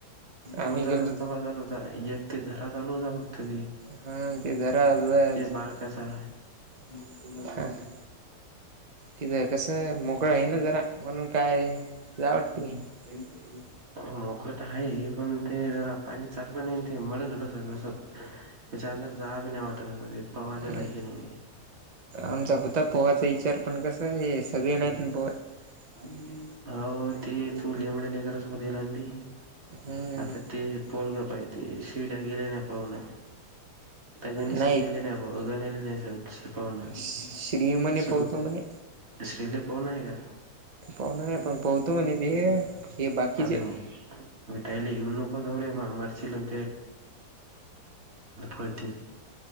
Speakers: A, on the right (about 30°); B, on the right (about 70°).
A: कोणता
B: आम्ही गेलतो
A: धबधबा चालू होता. ता एक ते झरा चाल होता. फक्त ते
B: हा ते जरा वयात
A: ते
B: <unintelligible>
A: बारकाचा
B: किझ कसं मोकळं आहे ना जरा म्हणून काय जावा वाटते की
A: मोकळ तर आहे पण ते जरा पाणी चाकलं नाही ते मळ झालं सगळं. त्याच्यानंतर जावी नाही वाटत पवायच्या
B: हम्
A: लायकी नाही ते
B: आमचा होता पोहाचा विचार पण कसा हे. सगळे ये ना पोत आणि
A: हो ते तूरलेमुळे लेकरसोबत येईलांडी
B: हम्म
A: आता ते पोरग पाहिती शिवडा गेले नाही पहण आ गणेशेतलेले
B: नाही
A: नाही गणले नाही. अचछ पावना
B: श्री म्हणे
A: स
B: पोहतो म्हणे.
A: सले ल पावना आहे का.
B: पाहण नाही पण पाहतो म्हणे ते हे बाकीचे
A: आणि अ तयला इवन नकोतवे मरचिलंत कळल